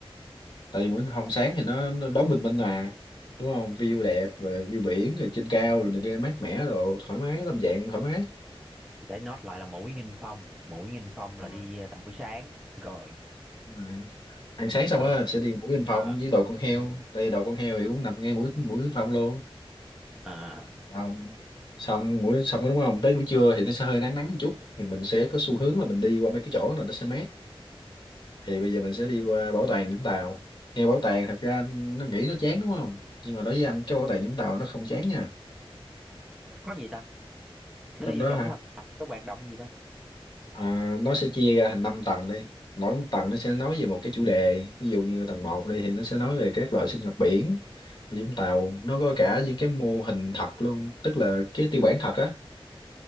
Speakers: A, on the left (about 45°); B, in the centre.
A: tại vì Nguyễn Hồng
B: Ờ,
A: Sáng thì nó, nó đón bình minh mà đúng không view đẹp rồi view biển rồi trên cao rồi này kia mát mẻ rồi thoải mái tâm trạng thoải mái
B: để nốt lại là mũi Nghinh Phong mũi Nghinh Phong là
A: Ờ,
B: đi ờ, tầm buổi sáng rồi
A: đúng rồi. ăn sáng xong
B: rồi
A: á sẽ đi mũi Yên Phong
B: à,
A: với đồ con heo
B: ừ.
A: tại vì đồ con heo thì cũng nằm ngay mũi mũi Yên Phong luôn
B: à,
A: xong xong mũi xong đúng không tới buổi trưa thì nó sẽ hơi nắng nắng một chút thì mình sẽ có xu hướng là mình đi qua mấy cái chỗ này nó sẽ mát thì bây giờ mình sẽ đi qua bảo tàng Vũng Tàu nghe bảo tàng thật ra nó nghĩ nó chán đúng không nhưng mà đối với anh cái bảo tàng Vũng Tàu nó không chán nha
B: có gì ta nó
A: trong
B: đi
A: đó
B: vô trong
A: hả
B: thăm có hoạt động gì ta
A: À, nó sẽ chia ra thành 5 tầng đi mỗi một tầng nó sẽ nói về một cái chủ đề ví dụ như tầng một đi thì nó sẽ nói về các loại sinh vật biển ở Vũng Tàu nó có
B: ừ.
A: cả những cái mô hình thật luôn tức là cái tiêu bản thật á